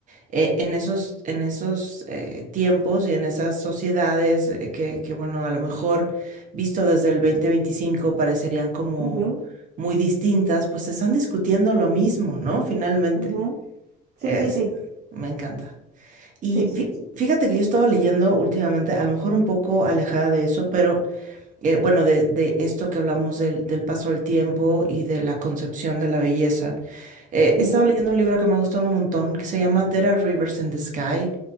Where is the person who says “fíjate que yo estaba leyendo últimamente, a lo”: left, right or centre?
Right